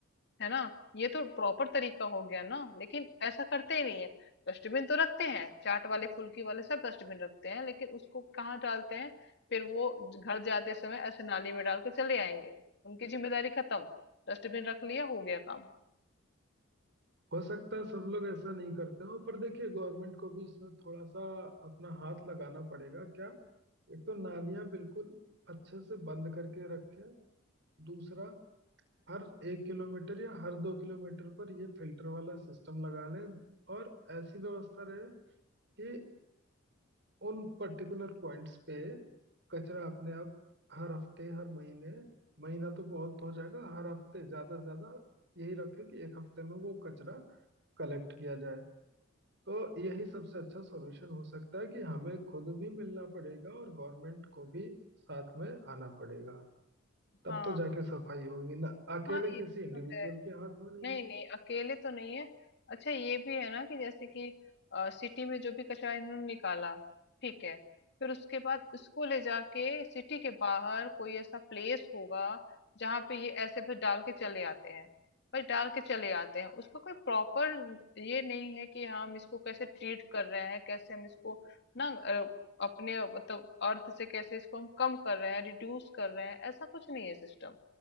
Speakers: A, on the left (about 60°); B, on the right (about 60°).
A: है ना ये तो प्रॉपर तरीका हो गया ना लेकिन ऐसा करते ही नहीं है डस्टबिन तो रखते हैं चाट वाले फुल्की वाले सब डस्टबिन रखते हैं लेकिन उसको कहाँ डालते हैं फिर वो ज- घर जाते समय ऐसे नाली में डाल के चले आएंगे उनकी जिम्मेदारी खत्म डस्टबिन रख लिया हो गया काम
B: हो सकता है सब लोग ऐसा नहीं करते हो पर देखिए गवर्नमेंट को भी इसमें थोड़ा सा अपना हाथ लगाना पड़ेगा क्या एक तो नालियां बिल्कुल अच्छे से बंद करके रखें दूसरा हर एक किलोमीटर या हर दो किलोमीटर पर ये फिल्टर वाला सिस्टम लगा लें और ऐसी व्यवस्था रहे कि उन पर्टिकुलर पॉइंट्स पे कचरा अपने आप हर हफ्ते हर महीने महीना तो बहुत हो जाएगा हर हफ्ते ज्यादा से ज्यादा यही रखें कि एक हफ्ते में वो कचरा कलेक्ट किया जाए तो यही सबसे अच्छा सॉल्यूशन हो सकता है कि हमें खुद भी मिलना पड़ेगा और गवर्नमेंट को भी साथ में आना पड़ेगा तब
A: हाँ
B: तो जाके सफाई होगी ना अकेले
A: हाँ ये
B: किसी इंडिविजुअल
A: तो है
B: के हाथ में नहीं
A: नहीं,
B: है
A: नहीं, अकेले तो नहीं है। अच्छा ये भी है ना कि जैसे कि अ, सिटी में जो भी कचरा इन्होंने निकाला, ठीक है। फिर उसके बाद इसको ले जाके सिटी के बाहर कोई ऐसा प्लेस होगा जहाँ पे ये ऐसे फिर डाल के चले आते हैं। बस डाल के चले आते हैं। उसका कोई प्रॉपर ये नहीं है कि हाँ, हम इसको कैसे ट्रीट कर रहे हैं, कैसे हम इसको ना अ, अपने मतलब अर्थ से कैसे इसको हम कम कर रहे हैं, रिड्यूस कर रहे हैं, ऐसा कुछ नहीं है सिस्टम।